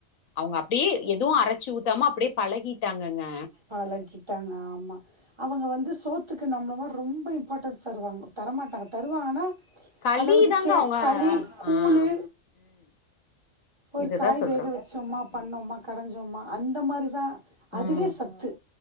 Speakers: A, on the left; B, on the right.
A: அவங்க அப்டியே எதுவு அரைச்சு ஊத்தாம அப்டியே பழகிட்டாங்கங்கங்க
B: பழகிட்டாங்க ஆமா அவங்க வந்து சோத்துக்கு நம்மள மாரி ரொம்ப இம்பார்ட்டன்ஸ் தருவாங்க தரமாட்டாங்க தருவாங்கன்னா
A: களி
B: அதாவது
A: தாங்க
B: கே
A: அவங்க
B: களி கூளு
A: ஆ ம்
B: ஒரு
A: இதுதா
B: காய்
A: சொல்றாங்க
B: வேக வச்சோமா பண்ணோமா
A: ம் ம்
B: கடைஞ்சோமா அந்த மாரி தா அதுவே
A: ம்
B: சத்து